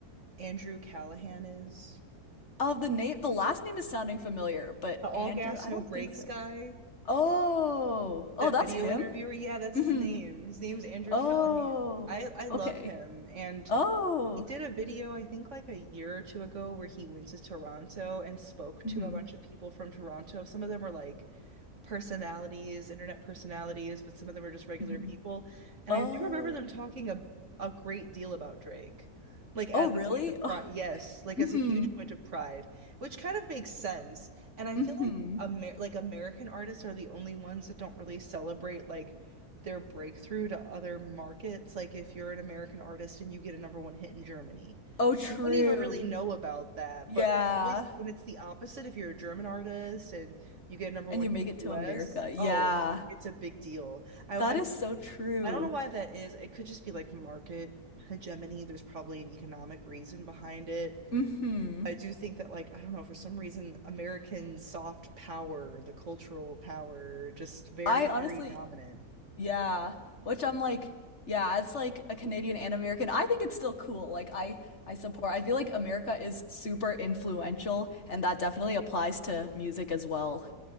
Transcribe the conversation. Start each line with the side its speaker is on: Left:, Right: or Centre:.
Right: Andrew Callahan is?
Left: Of the name, the last name is sounding familiar, but
Right: The all
Left: Andrew,
Right: gas,
Left: I
Right: no
Left: don't
Right: brakes
Left: think so.
Right: guy?
Left: Oh, oh,
Right: That
Left: that's
Right: video
Left: him?
Right: interviewer? Yeah, that's
Left: hmm
Right: his name. His name's Andrew
Left: Oh,
Right: Callahan. I I love
Left: okay.
Right: him and
Left: Oh,
Right: He did a video, I think like a year or two ago, where he went to Toronto and spoke
Left: hmm
Right: to a bunch of people from Toronto. Some of them were like personalities, internet personalities, but some of them were just regular
Left: hmm
Right: people. And
Left: Oh,
Right: I do remember them talking a, a great deal about Drake, like as
Left: oh, really?
Right: a point of
Left: Oh,
Right: pride. Yes, like
Left: hmm
Right: as a huge point of pride, which kind of makes sense. And I
Left: hmm
Right: feel like Amer like American artists are the only ones that don't really celebrate like their breakthrough to other markets. Like if you're an American artist and you get a number one hit in Germany,
Left: Oh, true.
Right: you wouldn't even really know about that.
Left: Yeah.
Right: But it's always when it's the opposite, if you're a German artist and you get a number
Left: and
Right: one
Left: you
Right: hit
Left: make it to
Right: in the US,
Left: America. Yeah,
Right: oh, it's a big deal. I,
Left: that
Right: I
Left: is so true.
Right: I don't know why that is. It could just be like market hegemony. There's probably an economic reason behind it.
Left: hmm
Right: I do think that like I don't know for some reason American soft power, the cultural power, just very
Left: I honestly,
Right: very dominant.
Left: yeah, which I'm like, yeah, as like a Canadian and American, I think it's still cool. Like I I support. I feel like America is super influential, and that definitely applies to music as well.